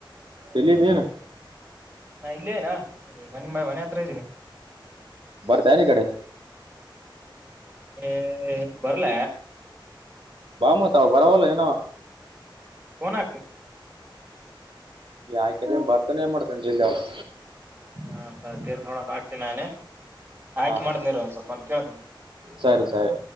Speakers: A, on the right; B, on the right.
A: ಎಲ್ಲಿದ್ನೀನು.
B: ನಾ ಇಲ್ ಇದಿನ ಮನ್ ಮನೆ ಹತ್ರ ಇದ್ದೀನಿ.
A: ಬರ್ತನ್ ಈ ಕಡೆ.
B: ಏ ಬರ್ಲ.
A: ಬಾಮತ ಅವ ಬರಲ್ ಏನವ.
B: ಫೋನ್ ಹಾಕ್.
A: ಯಾಕೆ ಬರ್ತಾನೇನ್ ಮಾಡ್ತಾನೆ ಜಿಲ್ದಿ ಅವ್ನು.
B: ಹಾ ತೀರ್ ನೋಡ ಆಗ್ತೀನಿ ನಾನೇ ಆಯ್ಕ
A: ಹ
B: ಮಾಡ್ದನ ಇರ ಒಂದ್ ಸ್ವಲ್ಪ ಕೇಳ್ತೀನಿ.
A: ಸರಿ ಸರಿ